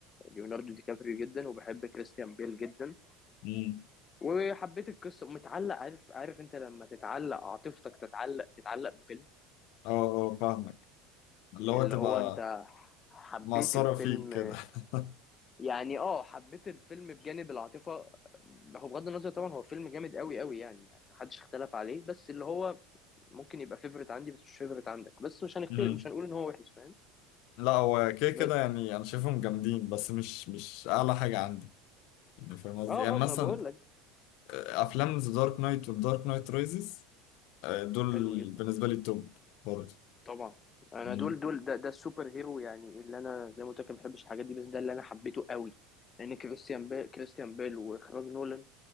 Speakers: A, on the left; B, on the left.
A: ليوناردو دي كابريو جدا وبحب كريستيان بيل جدا
B: أمم.
A: وحبيت القصه متعلق عارف عارف انت لما تتعلق عاطفتك تتعلق تتعلق بفيلم
B: اه اه فاهمك اللي
A: اللي
B: هو تبقى
A: هو انت حبيت
B: مأثره
A: الفيلم
B: فيك كده <laughs>
A: يعني اه حبيت الفيلم بجانب العاطفه هو بغض النظر طبعا هو فيلم جامد قوي قوي يعني يعني محدش اختلف عليه بس اللي هو ممكن يبقى فيفرت عندي بس مش فيفرت عندك بس مش هنختلف
B: أمم.
A: مش هنقول ان هو وحش فاهم
B: لا هو كده كده
A: بس
B: يعني انا شايفهم جامدين بس مش مش اعلى حاجه عندي يعني فاهم قصدي
A: اه
B: يعني
A: اه
B: مثلا
A: ما انا بقول لك
B: آه، افلام ذا دارك نايت والدارك نايت رايزز آه، دول
A: حلو جدا
B: بالنسبة لي التوب برضه
A: طبعا انا
B: مم.
A: دول دول ده ده السوبر هيرو يعني اللي انا زي ما قلت لك ما بحبش الحاجات دي بس ده اللي انا حبيته قوي لان كريستيان بيل كريستيان بيل واخراج نولان